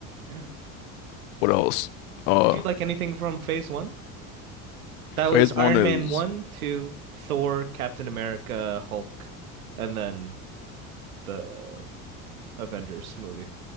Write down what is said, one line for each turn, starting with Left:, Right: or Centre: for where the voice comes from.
Right: Yeah.
Left: What else? Uh,
Right: Did you like anything from Phase One? That
Left: phase
Right: was
Left: one
Right: Iron
Left: is.
Right: Man one, two, Thor, Captain America, Hulk, and then the Avengers movie.